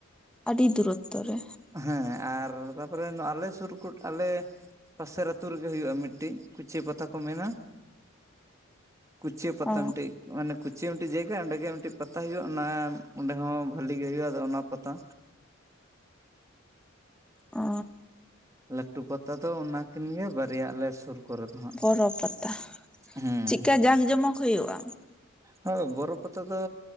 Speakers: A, in the centre; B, on the right (about 15°).
A: ᱟᱹᱰᱤ ᱫᱩᱨᱚᱛᱚ ᱨᱮ᱾
B: ᱦᱮᱸ ᱟᱨ ᱛᱟᱯᱚᱨᱮ ᱱᱚᱣᱟ ᱟᱞᱮ ᱥᱩᱨ ᱠᱚ ᱟᱞᱮ ᱯᱟᱥᱮᱨ ᱟᱹᱛᱩ ᱨᱮᱜᱮ ᱦᱩᱭᱩᱜᱼᱟ ᱢᱤᱫᱴᱤᱱ ᱠᱩᱪᱟᱭᱟᱹ ᱯᱟᱛᱟ ᱠᱚ ᱢᱮᱱᱟ᱾ ᱠᱩᱪᱤᱭᱟᱹ ᱯᱟᱛᱟ
A: ᱚ
B: ᱢᱤᱴᱤᱡ᱾ ᱚᱱᱮ ᱠᱩᱪᱤᱭᱟᱹ ᱢᱤᱫᱴᱮᱡ ᱡᱟᱭᱜᱟ ᱚᱸᱰᱮ ᱜᱮ ᱢᱤᱫᱴᱤᱡ ᱯᱟᱛᱟ ᱦᱳᱭᱳᱜᱼᱟ ᱚᱱᱟ ᱚᱸᱰᱮ ᱦᱚᱸ ᱵᱷᱟᱞᱤ ᱜᱮ ᱦᱳᱭᱳᱜᱼᱟ ᱟᱫᱚ ᱚᱱᱟ ᱯᱟᱛᱟ
A: ᱚ,
B: ᱞᱟᱹᱴᱩ ᱯᱟᱛᱟ ᱫᱚ ᱚᱱᱟᱠᱤᱱ ᱜᱮ ᱵᱟᱨᱭᱟ ᱟᱞᱮ ᱥᱩᱨ ᱠᱚᱨᱮ ᱫᱚ ᱦᱟᱸᱜ
A: ᱵᱚᱨᱚ ᱯᱟᱛᱟ
B: ᱦᱮᱸ
A: ᱪᱮᱫᱠᱟ ᱡᱟᱠ ᱡᱚᱢᱚᱠ ᱦᱳᱭᱳᱜᱼᱟ?
B: ᱦᱳᱭ ᱵᱚᱨᱚ ᱯᱟᱛᱟ ᱫᱚ